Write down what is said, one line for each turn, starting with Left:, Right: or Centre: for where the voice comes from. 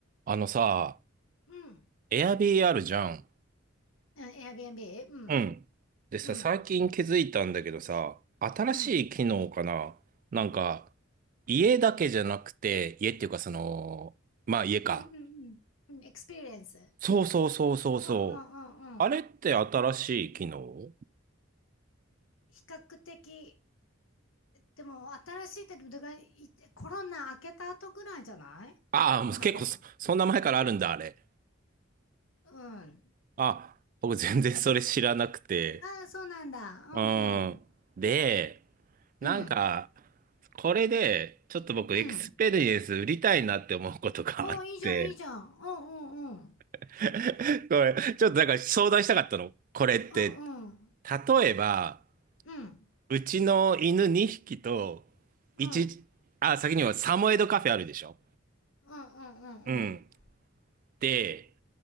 Right: あのさ、
Left: うん。
Right: a i r b あるじゃん。
Left: うん、Airbnb? うん。
Right: うん。でさ、
Left: うん。
Right: 最近気づいたんだけどさ、新しい機能かななんか、
Left: うん。
Right: 家だけじゃなくて、家っていうかその、まあ家か。
Left: うんうんうん。エクスペリエンス。
Right: そうそうそうそうそう。
Left: うんうんうんうん。
Right: あれって新しい機能
Left: 比較的、でも新しいってだからいコロナ明けた後ぐらいじゃない
Right: ああ、もう結構そ、
Left: 多分。
Right: そんな前からあるんだ、あれ。
Left: うん。
Right: あ、僕全然それ知らなくて。
Left: ああ、そうなんだ。うんうん。
Right: うん。で、なんか、
Left: うん。
Right: これで、ちょっと僕、
Left: うん。
Right: エクスペリエンス売りたいなって思うことがあって、
Left: おーいいじゃん、いいじゃん。うんうんうん。
Right: <laughs> これ、ちょっとなんか相談したかったの。これって、
Left: うんうん。
Right: 例えば、
Left: うん。
Right: うちの犬2匹と、1、
Left: うん。うん
Right: あ、先にはサモエドカフェあるでしょ
Left: うんうんうん。
Right: うん。で、